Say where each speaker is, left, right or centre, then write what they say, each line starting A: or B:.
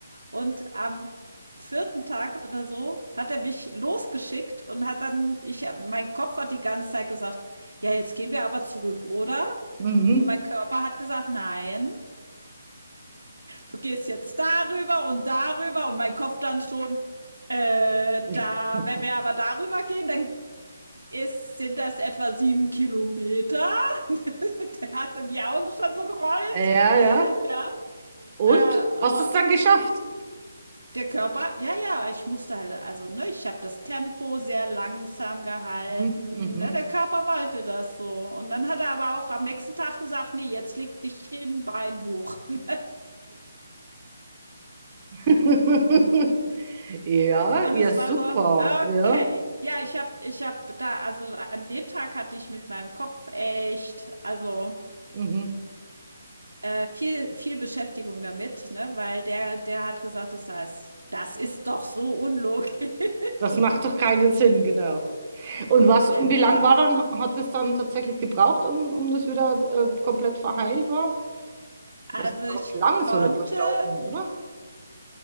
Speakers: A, on the right; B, on the right.
A: Und am vierten Tag oder so hat er mich losgeschickt und hat dann, ich, mein Kopf hat die ganze Zeit gesagt, ja, jetzt gehen wir aber zurück, oder?
B: Mhm.
A: Und mein Körper hat gesagt, nein, du gehst jetzt darüber und darüber und mein Kopf dann schon, äh,
B: <laughs>
A: da, wenn wir aber darüber gehen, dann ist, sind das etwa sieben Kilometer? <laughs> Der hat dann die Augen schon so gerollt.
B: Ja, ja.
A: Ja.
B: Und?
A: Äh,
B: Hast du es
A: äh,
B: dann geschafft?
A: der Körper, ja, ja, ich musste halt, also, ne, ich habe das Tempo sehr langsam gehalten.
B: Mhm. Mhm.
A: Ne, der Körper wollte das so. Und dann hat er aber auch am nächsten Tag gesagt, nee, jetzt leg dich hin, Bein hoch. <laughs>
B: <laughs> Ja,
A: Und
B: ja,
A: es
B: super.
A: war so,
B: Ja.
A: okay. Ja, ich habe, ich habe da, also an dem Tag hatte ich mit meinem Kopf echt, also
B: Mhm.
A: Äh, viel, viel Beschäftigung damit, ne? Weil der, der hat gesagt, das heißt, das ist doch so unlogisch. <laughs>
B: Das macht doch keinen Sinn, genau. Und was, und wie
A: Genau.
B: lang war dann, hat es dann tatsächlich gebraucht, um, um das wieder äh, komplett verheilt war? Das
A: Also ich
B: braucht lang,
A: konnte
B: so eine Verstauchung, oder?